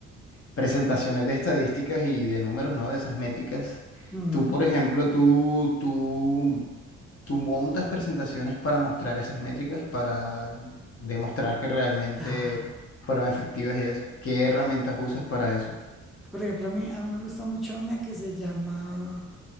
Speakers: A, on the left; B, in the centre.
A: presentaciones de estadísticas y de números, ¿no? De esas métricas.
B: Mm,
A: Tú, por ejemplo, tú, tú, tú montas presentaciones para mostrar esas métricas, para demostrar que realmente
B: claro.
A: fueron efectivas y eso. ¿Qué herramientas usas para eso?
B: Por ejemplo, a mí, a mí me gusta mucho una que se llama